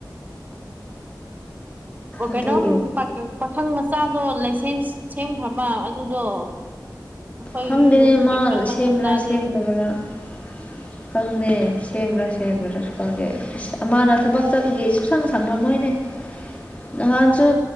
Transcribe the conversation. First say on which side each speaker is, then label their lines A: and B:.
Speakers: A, on the right; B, on the left.
A: ꯀꯩꯅꯣꯝ
B: ꯑꯗꯨꯒꯤ
A: ꯄꯛ ꯄꯥꯈꯪ ꯃꯆꯥꯗꯣ ꯂꯥꯏꯁꯦꯟꯁ ꯁꯦꯝꯈ꯭ꯔꯕ ꯑꯗꯨꯗꯣ ꯑꯩꯈꯣꯏꯒꯤ
B: ꯈꯪꯗꯦꯅꯦ
A: ꯌꯨꯝꯒꯤ
B: ꯃꯥ
A: ꯄꯥꯈꯪ
B: ꯁꯦꯝꯕ꯭ꯔꯥ
A: ꯃꯆꯥꯗꯣ
B: <unintelligible> ꯈꯪꯗꯦ ꯁꯦꯝꯕ꯭ꯔꯥ ꯁꯦꯝꯗ꯭ꯔꯥꯁꯨ ꯈꯪꯗꯦ ꯑꯁ ꯑꯃꯅ ꯊꯕꯛ ꯆꯠꯄꯒꯤ ꯁꯨꯡꯁꯪ ꯁꯪꯂꯝꯃꯣꯏꯅꯦ ꯅꯍꯥꯟꯁꯨ